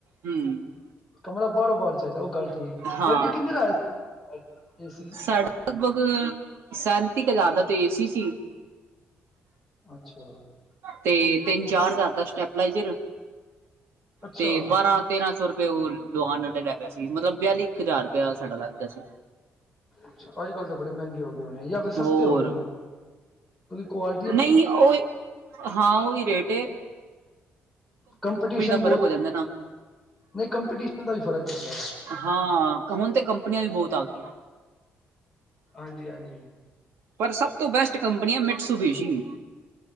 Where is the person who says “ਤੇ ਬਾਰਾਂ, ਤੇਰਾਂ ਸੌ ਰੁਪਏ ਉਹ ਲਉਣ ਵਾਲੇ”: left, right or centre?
Right